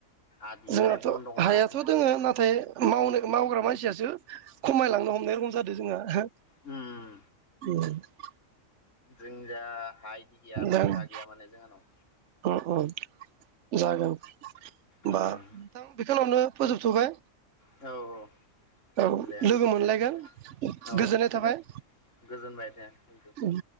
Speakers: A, on the left; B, on the right.
A: आदि
B: जोंहाथ'
A: माने बन्दक लानाय
B: हायाथ'
A: दंमोन
B: दोङो
A: सिगां।
B: नाथाय मावनो मावग्रा मानसियासो खमायलांनो हमनाय रखम जादों जोंहा
A: उम
B: <inaudible>
A: जों जा हा इदि गैया
B: जागोन
A: बोरि हा गैया माने जोंहानाव
B: उम उम जागोन होमबा
A: उम
B: नोंथां बेखिनिआवनो फोजोबथ'बाय।
A: औ औ
B: औ
A: दे
B: लोगो मोनलायगोन
A: दे औ
B: गोजोननाय थाबाय।
A: दे गोजोनबाय दे थेंकिउ
B: उम।